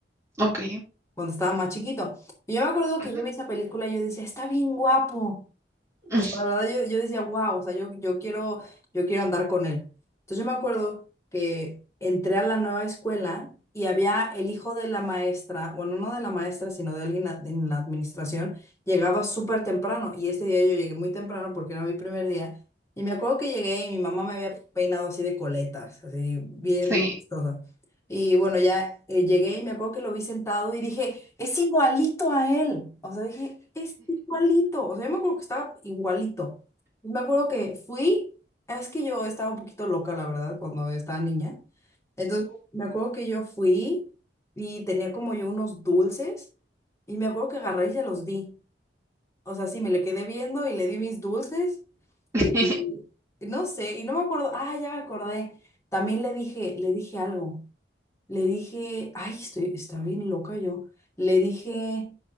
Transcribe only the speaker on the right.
ok.
ujú,
<laughs>
Sí.
<laughs>